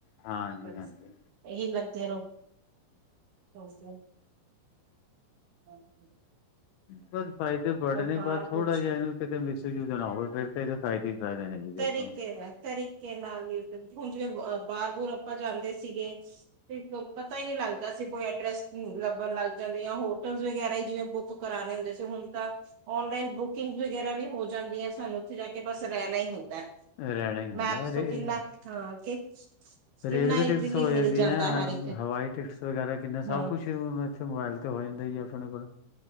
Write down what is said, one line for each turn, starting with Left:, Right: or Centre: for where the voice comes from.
Left: ਹਾਂਜੀ
Right: ਬਸ।
Left: ਹਾਂਜੀ
Right: ਏਹੀ ਲੱਗਦੇ ਰੋ, ਰੋਜ ਦਾ। ਹਾਂਜੀ।
Left: ਬਸ ਫਾਇਦੇ ਬੜੇ ਨੇ
Right: ਬਾਹਰ
Left: ਬਸ ਥੋੜਾ
Right: ਕੁਛ
Left: ਜਿਆ ਇਨੂੰ ਕਿਤੇ ਮਿਸਯੂਜ ਨਾ ਹੋਵੇ ਫੇਰ ਤਾਂ ਇਦੇ ਫਾਇਦੇ ਈ ਫਾਇਦੇ ਨੇ। ਜੀ ਦੇਖੋ।
Right: ਤਰੀਕੇ ਨਾਲ-ਤਰੀਕੇ ਨਾਲ ਯੁਜ਼, ਹੁਨ ਜਿਵੇ ਬਾਰ ਬੂਰ ਆਪਾ ਜਾਦੇ ਸੀਗੇ- ਤੇ ਪਤਾ ਈ ਨੀ ਲਗਦਾ ਸੀ ਕੋਈ ਐਡਰੈਸ ਲਭਣ ਲਗ ਜਾਦੇ ਯਾਂ ਹੋਟਲ ਵਗੈਰਾ ਜਿਵੇ- ਬੁੱਕ ਕਰਾਨੇ ਹੁੰਦੇ ਸੀ ਹੁਨ ਤਾਂ ਔਨਲਾਈਨ ਬੁਕਿੰਗ ਵਗੈਰਾ ਵੀ ਹੋ ਜਾਦੀ ਏਂ, ਸਾਨੂੰ ਉੱਥੇ ਜਾ ਕੇ ਬਸ ਰੈਨਾ ਈ ਹੁੰਦੈ।
Left: ਰਹਿਣਾ ਹੀ ਹੁੰਦਾ
Right: ਮੈਂਪਸ
Left: ਰੇ
Right: ਕਿਨਾ, ਹਾਂ ਕਿ ਕਿੰਨਾ
Left: ਰੇਲਵੇ
Right: ਈਜ਼ੀਲੀ
Left: ਟਿਕਟਸ ਹੋ ਜਾਦੀਆਂ,
Right: ਮਿਲ ਜਾਂਦਾ ਹਰ ਇੱਕ
Left: ਹਵਾਈ ਟਿਕਟਸ ਵਗੈਰਾ ਕਿਨਾ
Right: ਹਾਂ
Left: ਸਭ ਕੁਛ ਇਥੇ ਮੋਬਾਇਲ 'ਤੇ ਹੋ ਜਾਦਾ ਜੀ ਆਪਣੇ ਕੋਲ।